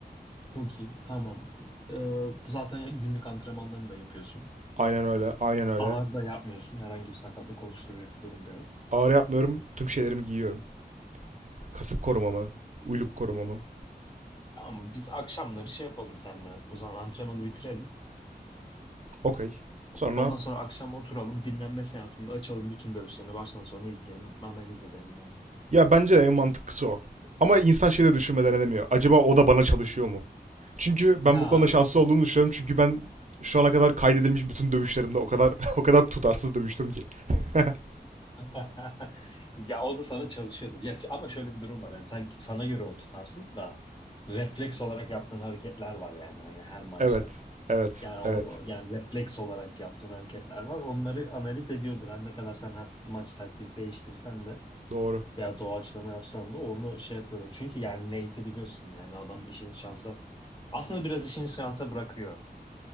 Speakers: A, on the left (about 30°); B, on the right (about 45°).
A: Çok iyi. Tamam. Ee, zaten günlük antrenmanlarını da yapıyorsun.
B: Aynen öyle. Aynen öyle.
A: Ağır da yapmıyorsun. Herhangi bir sakatlık oluşturacak bir durum da yok.
B: Ağrı yapmıyorum. Tüm şeylerimi giyiyorum. Kasık korumamı, uyluk korumamı.
A: Ama biz akşamları şey yapalım seninle. O zaman antrenmanı bitirelim.
B: Okey. Sonra
A: Ondan sonra akşam oturalım. Dinlenme seansında açalım bütün dövüşlerini. Baştan sona izleyelim. Analiz edelim yani.
B: ya bence de en mantıklısı o. Ama insan şeyi de düşünmeden edemiyor. Acaba o da bana çalışıyor mu? Çünkü
A: Ya
B: ben bu konuda şanslı olduğumu düşünüyorum. Çünkü ben şu ana kadar kaydedilmiş bütün dövüşlerimde o kadar <laughs> o kadar tutarsız dövüştüm ki. <laughs>
A: <laughs> ya o da sana çalışıyordur. Ya ama şöyle bir durum var. Hani sanki sana göre o tutarsız da refleks olarak yaptığın hareketler var yani hani her maçta.
B: Evet. Evet.
A: Yani o
B: Evet.
A: yani refleks olarak yaptığın hareketler var. Onları analiz ediyordur. Her ne kadar sen her maç taktik değiştirsen de
B: Doğru.
A: veya doğaçlama yapsan da onu şey yapıyorlar. Çünkü yani Nate'i biliyorsun yani adam işini şansa aslında biraz işini şansa bırakıyor.